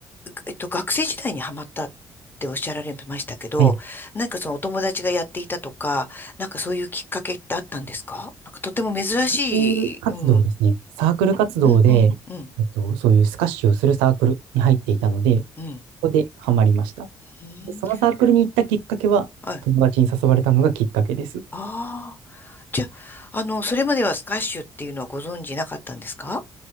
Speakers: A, on the left (about 20°); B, on the right (about 85°).
A: えっと、学生時代にハマったっておっしゃられましたけど、
B: はい。サ
A: なんかそのお友達がやっていたとか、なんかそういうきっかけってあったんですかなんかとても珍しい。
B: ークル活動ですね。
A: うん。ん
B: サークル活動で、
A: うんうんうん
B: えっと、そういうスカッシュをするサークルに入っていたので、こ
A: うん。
B: こでハマりました。
A: うん。
B: で、そのサークルに行ったきっかけは、
A: はい。
B: 友達に誘われたのがきっかけです。
A: ああ。じゃあ、あの、それまではスカッシュっていうのはご存知なかったんですか